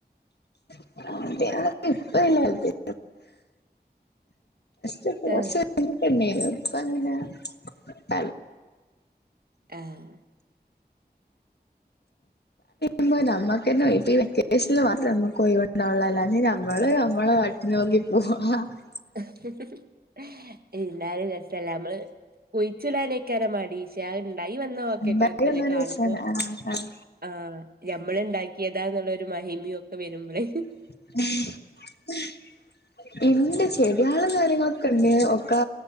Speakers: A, on the left (about 75°); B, on the right (about 60°).
A: അ അതെയ <unintelligible> ഇപ്പല്ല <unintelligible> കുറ <unintelligible>
B: ആഹ്
A: ഇപ്പ അങ്ങനെ ത
B: ആഹ
A: ുമ്പോ നമ്മുക്ക് തന്നെ ഇപ്പഈെക്കേഷനിൽ മാത്രേ നമ്മുക്ക് ഒഴിവ് ണ്ടവോള്ളൂ അല്ലന്ന നമ്മള് നമ്മെ പാട്നോക്കി <unintelligible>
B: <unintelligible> എല്ലാലും രസല്ല നമ്മള് കൊഴിച്ചുടാനൊക്കാര മടി ശേ അഹ് ഇണ്ടായി വന്ന് എന്ന ഓക്കെ
A: എന്തായാലും
B: കൊഴപ്പില്ലേ
A: ഒന്നും
B: കാണുമ്പോ
A: രസാണ് ആഹ് ആഹ്
B: ആഹ ഞമ്മൾ ഉണ്ടാക്കിയതാ എന്നുള്ളരു മഹിമിയും ഒക്കെ വരുമ്പോൾേ
A: <unintelligible> ഇൻണ്ട് ചെടിയാളും കാര്യങ്ങളൊക്കെ ഇണ്ട് ഒക്കെ